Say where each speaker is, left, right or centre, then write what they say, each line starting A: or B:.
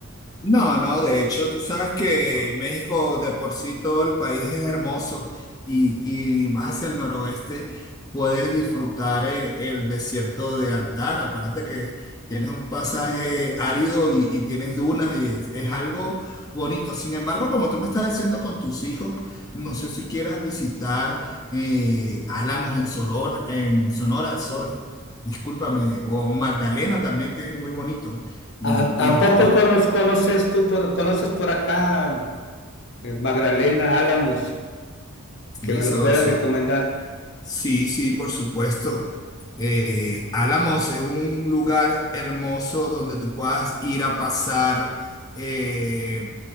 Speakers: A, on the left; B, on the left.
A: No, no, de hecho, tú sabes que México de por sí todo el país es hermoso y, y más hacia el noroeste puedes disfrutar eh, el desierto de Altar. Acuérdate que tienes un pasaje árido y, y tienes dunas y es, es algo bonito. Sin embargo, como tú me estás diciendo con tus hijos, no sé si quieras visitar eh, Álamos en Sorona, en Sonora, sorry, discúlpame, o Magdalena también, que es muy bonito y,
B: ¿A, a
A: y
B: poco cono- conoces tú, por, conoces por acá eh, Magdalena Álamos,
A: Sí,
B: que me
A: son,
B: lo puedes
A: son-
B: recomendar?
A: Sí, sí, por supuesto. Eh, Álamos es un lugar hermoso donde tú puedas ir a pasar eh,